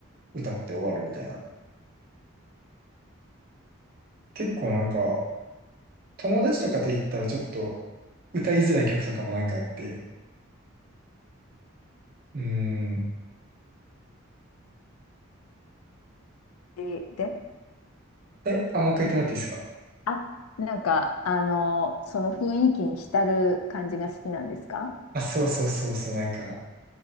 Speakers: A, on the right; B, on the left.
A: 歌って終わるみたいな。結構なんか、友達とかと行ったらちょっと、歌いづらい曲とかもなんかあって。うーん。
B: で、で
A: え、あ、もう一回言ってもらっていいですか
B: あ、なんか、あの、その雰囲気に浸る感じが好きなんですか
A: あ、そうそうそうそう、なんか、